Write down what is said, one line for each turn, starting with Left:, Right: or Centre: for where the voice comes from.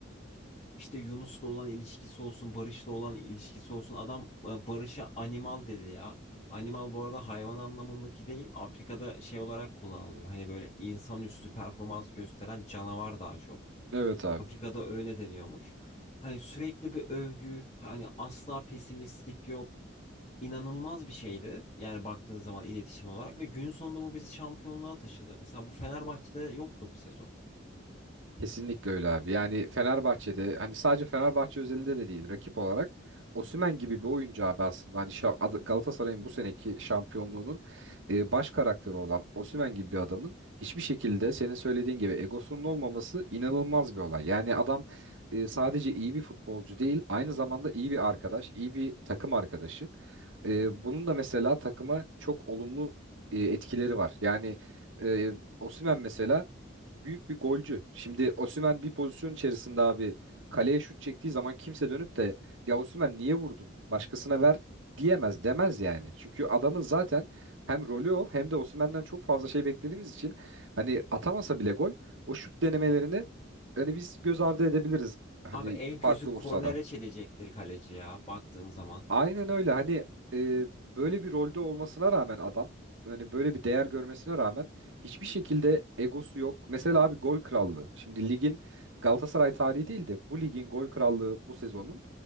Left: işte Yunus'la olan ilişkisi olsun, Barış'la olan ilişkisi olsun. Adam e, Barış'a animal dedi ya. Animal bu arada hayvan anlamındaki değil, Afrika'da şey olarak kullanılıyor. Hani böyle insanüstü performans gösteren canavar daha çok.
Right: Evet abi.
Left: Afrika'da öyle deniyormuş. Hani sürekli bir övgü, hani asla pesimistlik yok. İnanılmaz bir şeydi. Yani baktığın zaman iletişim olarak ve günün sonunda bu bizi şampiyonluğa taşıdı. Mesela bu Fenerbahçe'de yoktu bu sezon.
Right: Kesinlikle öyle abi. Yani Fenerbahçe'de hani sadece Fenerbahçe özelinde de değil rakip olarak Osimhen gibi bir oyuncu abi aslında hani şa- Ad- Galatasaray'ın bu seneki şampiyonluğunun e, baş karakteri olan Osimhen gibi bir adamın hiçbir şekilde senin söylediğin gibi egosunun olmaması inanılmaz bir olay. Yani adam e, sadece iyi bir futbolcu değil aynı zamanda iyi bir arkadaş, iyi bir takım arkadaşı. E, bunun da mesela takıma çok olumlu e, etkileri var. Yani e, Osimhen mesela büyük bir golcü. Şimdi Osimhen bir pozisyon içerisinde abi kaleye şut çektiği zaman kimse dönüp de ya Osimhen niye vurdun? Başkasına ver diyemez, demez yani. Çünkü adamın zaten hem rolü o hem de Osimhen'den çok fazla şey beklediğimiz için hani atamasa bile gol o şut denemelerini hani biz göz ardı edebiliriz. Hani
Left: Abi en kötü
Right: farklı vursa
Left: kornere
Right: da.
Left: çelecektir kaleci ya baktığın zaman.
Right: Aynen öyle. Hani e, böyle bir rolde olmasına rağmen adam hani böyle bir değer görmesine rağmen hiçbir şekilde egosu yok. Mesela abi gol krallığı. Şimdi ligin Galatasaray tarihi değil de bu ligin gol krallığı bu sezonun